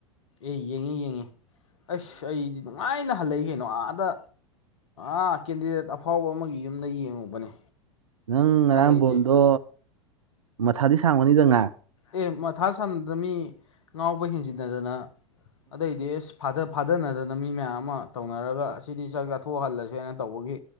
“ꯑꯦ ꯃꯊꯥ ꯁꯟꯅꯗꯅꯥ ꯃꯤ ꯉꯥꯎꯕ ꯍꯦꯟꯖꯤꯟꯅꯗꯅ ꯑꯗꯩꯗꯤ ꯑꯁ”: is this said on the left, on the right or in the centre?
Left